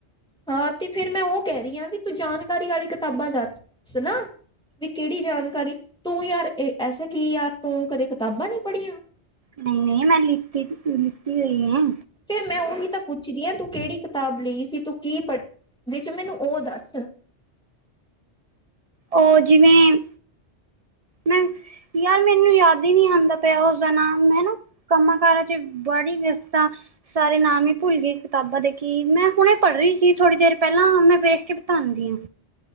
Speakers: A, in the centre; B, on the right.
A: ਹਾਂ, ਤੇ ਫਿਰ ਮੈਂ ਓ ਕੈਅ ਰਈ ਆਂ ਬੀ ਤੂੰ ਜਾਨਕਾਰੀ ਵਾਲੀ ਕਿਤਾਬਾਂ ਦੱਸ ਨਾ ਵੀ ਕੇੜੀ ਜਾਨਕਾਰੀ? ਤੂੰ ਯਾਰ ਐਸੇ ਕੀ ਯਾਰ, ਤੂੰ ਕਦੇ ਕਿਤਾਬਾਂ ਨੀ ਪੜ੍ਹੀਆਂ?
B: ਨਈ ਨਈ ਮੈਂ ਲਿਤੀ ਲਿੱਤੀ ਹੋਈ ਐ
A: ਤੇ ਮੈਂ ਓਈ ਤੇ ਪੁੱਛਦੀ ਆਂ ਤੂੰ ਕੇੜੀ ਕਿਤਾਬ ਲਈ ਸੀ ਤੂੰ ਕੀ ਪੜ੍ਹ ਵਿੱਚ ਮੈਨੂੰ ਓਹ ਦੱਸ।
B: ਓ ਜਿਵੇਂ ਮੈਂ ਯਾਰ ਮੈਨੂੰ ਯਾਦ ਈ ਨੀ ਆਂਦਾ ਪੇਆ ਓਸਦਾ ਨਾਮ ਮੈਂ ਨਾ ਕੰਮਾਂ ਕਾਰਾਂ ਚ ਬੜੀ ਵਿਅਸਤਾ ਸਾਰੇ ਨਾਮ ਈ ਭੁੱਲ ਗਏ। ਕਿਤਾਬਾਂ ਦੇ ਕੀ ਮੈਂ ਹੁਣੇ ਪੜ੍ਹ ਰਈ ਸੀ ਥੋੜ੍ਹੀ ਦੇਰ ਪਹਿਲਾਂ ਮੈਂ ਵੇਖ ਕੇ ਬਤਾਂਦੀ ਆਂ